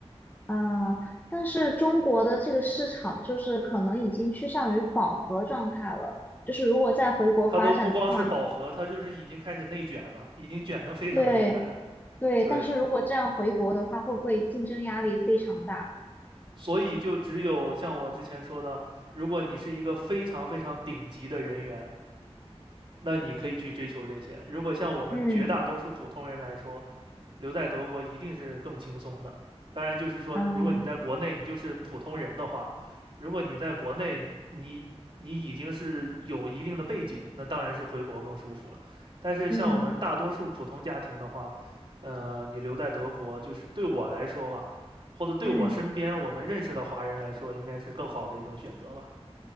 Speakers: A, on the left; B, on the right.
A: 呃，但是中国的这个市场就是可能已经趋向于饱和状态了，就是如果再回国发展的话，
B: 他都不光是饱和，他就是已经开始内卷了，已经卷得非常厉害了
A: 对对，
B: 对，
A: 但是如果这样回国的话，会不会竞争压力非常大？
B: 所以就只有像我之前说的，如果你是一个非常非常顶级的人员，那你可以去追求这些。如果像我们绝大多数普通人来说，
A: 嗯
B: 留在德国一定是更轻松的。当然，就是说，
A: 嗯
B: 如果你在国内你就是普通人的话，如果你在国内你你已经是有一定的背景，那当然是回国更舒服了。但是像我们大多数普通家庭的话，
A: 嗯
B: 呃，你留在德国，就是对我来说吧，或者对我身边我们认识的华人来说，
A: 嗯
B: 应该是更好的一种选择吧。